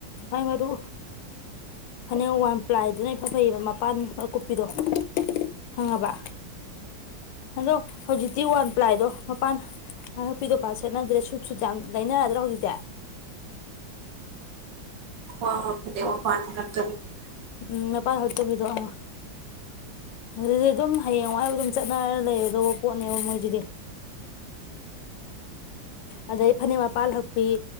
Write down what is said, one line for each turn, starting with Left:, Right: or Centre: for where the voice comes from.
Left: ꯑꯩ ꯃꯗꯨ ꯐꯅꯦꯛ ꯋꯥꯟ ꯄ꯭ꯂꯥꯏꯗꯨꯅ ꯏꯐ ꯐꯩꯌꯦꯕ ꯃꯄꯥꯟ ꯑꯀꯨꯞꯄꯤꯗꯣ ꯈꯪꯉꯕꯥ ꯑꯗꯣ ꯍꯧꯖꯤꯛꯇꯤ ꯋꯥꯟ ꯄ꯭ꯂꯥꯏꯗꯣ ꯃꯄꯥꯟ ꯍꯄꯤꯗꯣ ꯄꯥꯛ ꯁꯦꯠꯅꯗ꯭ꯔꯦꯁꯨ ꯁꯨꯇ ꯌꯥꯝ ꯂꯩꯅꯔꯗ꯭ꯔꯣ ꯍꯧꯖꯤꯛꯇꯤ
Right: ꯋꯥ ꯉꯥꯡꯕꯗꯤ
Left: ꯑ
Right: ꯋꯥꯄꯥꯗꯤ ꯉꯥꯡꯇꯕꯅꯤ
Left: ꯎꯝ ꯃꯥꯄꯥꯟ ꯍꯛꯇꯕꯤꯗꯣ ꯑ ꯑꯗꯨꯗꯤ ꯑꯗꯨꯝ ꯍꯌꯦꯡꯋꯥꯏꯕꯧ ꯑꯗꯨꯝ ꯆꯠꯅꯔ ꯂꯩꯒꯗꯧꯕ ꯄꯣꯠꯅꯦꯕ ꯃꯣꯏꯖꯤꯗꯤ ꯑꯗꯩ ꯐꯅꯦꯛ ꯃꯄꯥꯜ ꯍꯛꯄꯤ